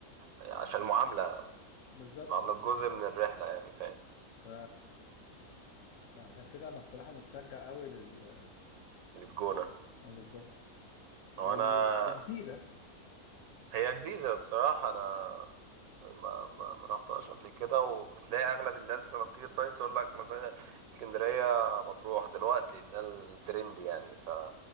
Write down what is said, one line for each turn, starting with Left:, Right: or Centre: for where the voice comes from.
Right: عشان المعاملة
Left: بالظبط
Right: معاملة جزء من الرحلة يعني فاهم
Left: ف فعشان كده انا الصراحه متشجع قوي لل آه،
Right: اللي في جونة
Left: بالظبط
Right: وأنا
Left: و... وجديده
Right: هي جديدة بصراحة أنا ما ما ما رحتهاش قبل كده وبتلاقي أغلب الناس لما بتيجي تصيف تقول لك مثلا اسكندرية مطروح دلوقتي ده الترند يعني ف...